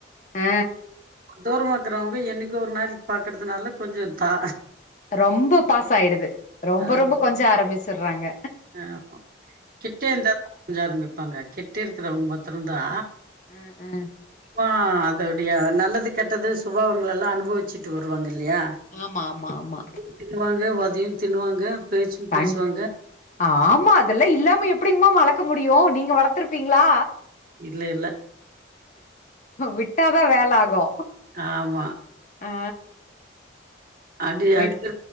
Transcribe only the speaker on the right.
தூரமா இருக்கறவங்க என்னிக்கோ ஒரு நாள் பாக்கறதுனால கொஞ்ச தா
ஆமா
ஆமா கிட்டே இந்தாத கொஞ்ச ஆரம்பிப்பாங்க கிட்டே இருக்றவங்க மாத்ரந்தா
ஆ அதோடய நல்லது கெட்டது சுபாவங்கள எல்லா அனுபவிச்சிட்டு வருவாங்க இல்லியா
தின்னுவாங்க வதையு தின்னுவாங்க பேச்சு
பேசுவாங்க
இல்ல இல்ல
ஆமா
அடி
அடிக்ற